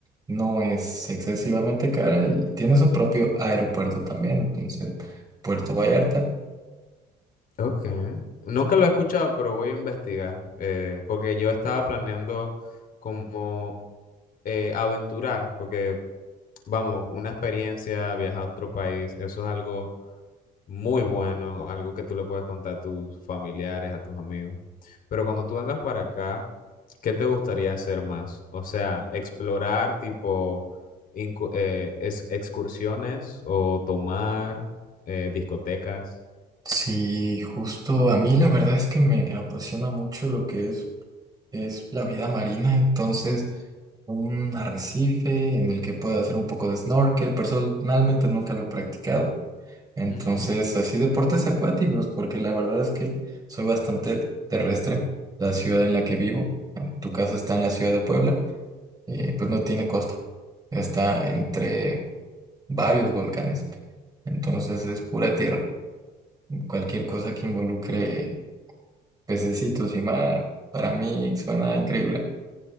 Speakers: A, on the right; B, on the left.
A: No es excesivamente cara y tiene su propio aeropuerto también. Entonces, Puerto Vallarta.
B: Ok. Nunca lo he escuchado, pero voy a investigar, eh, porque yo estaba planeando como eh, aventurar, porque vamos, una experiencia, viajar a otro país, eso es algo muy bueno, algo que tú le puedes contar a tus familiares, a tus amigos. Pero cuando tú vengas para acá, ¿qué te gustaría hacer más? O sea, explorar tipo incu- eh, es- excursiones o tomar eh, discotecas.
A: Sí, justo a mí la verdad es que me apasiona mucho lo que es, es la vida marina, entonces un arrecife en el que pueda hacer un poco de snorkel, personalmente nunca lo he practicado, Entonces,
B: Mm.
A: así deportes acuáticos, porque la verdad es que soy bastante terrestre. La ciudad en la que vivo, en tu casa está en la ciudad de Puebla, eh, pues no tiene costa. Está entre varios volcanes. Entonces es pura tierra. Cualquier cosa que involucre pececitos y mar, para mí suena increíble.